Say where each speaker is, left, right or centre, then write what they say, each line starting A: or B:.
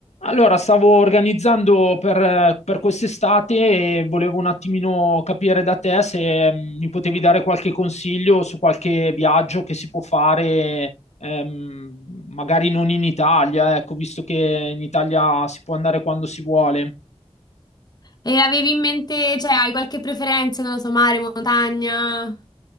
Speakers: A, on the left (about 90°); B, on the left (about 35°).
A: Allora, stavo organizzando per, per quest'estate e volevo un attimino capire da te se mm, mi potevi dare qualche consiglio su qualche viaggio che si può fare, ehm, magari non in Italia, ecco, visto che in Italia si può andare quando si vuole.
B: E avevi in mente, cioè, hai qualche preferenza, non lo so, mare, montagna,